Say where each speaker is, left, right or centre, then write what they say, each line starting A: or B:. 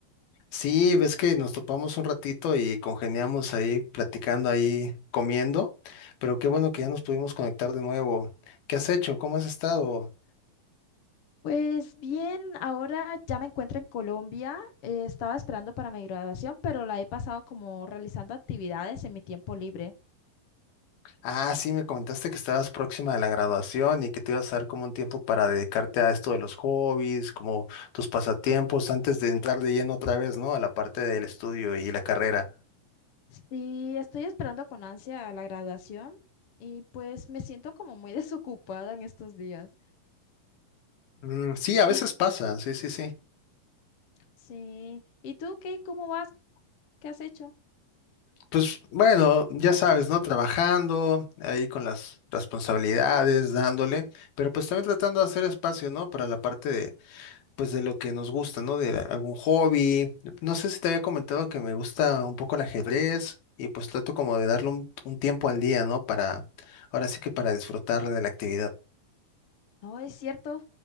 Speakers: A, on the left (about 75°); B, on the left (about 50°).
A: Sí, ves que nos topamos un ratito y congeniamos ahí platicando ahí, comiendo, pero qué bueno que ya nos pudimos conectar de nuevo. ¿Qué has hecho? ¿Cómo has estado?
B: Pues bien, ahora ya me encuentro en Colombia. Eh, estaba esperando para mi graduación, pero la he pasado como realizando actividades en mi tiempo libre.
A: Ah, sí, me comentaste que estabas próxima de la graduación y que te ibas a dar como un tiempo para dedicarte a esto de los hobbies, como tus pasatiempos, antes de entrar de lleno otra vez, ¿no? A la parte del estudio y la carrera.
B: Sí, estoy esperando con ansia la graduación y pues me siento como muy <laughs> desocupada en estos días.
A: Mm, sí, a
B: Y
A: veces pasa, sí, sí, sí.
B: sí, ¿y tú qué? ¿Cómo vas? ¿Qué has hecho?
A: Pues bueno, ya sabes, ¿no? Trabajando ahí con las responsabilidades, dándole, pero pues también tratando de hacer espacio, ¿no? Para la parte pues de lo que nos gusta, ¿no? De algún hobby. No sé si te había comentado que me gusta un poco el ajedrez y pues trato como de darle un, un tiempo al día, ¿no? Para, ahora sí que para disfrutar de la actividad.
B: No, es cierto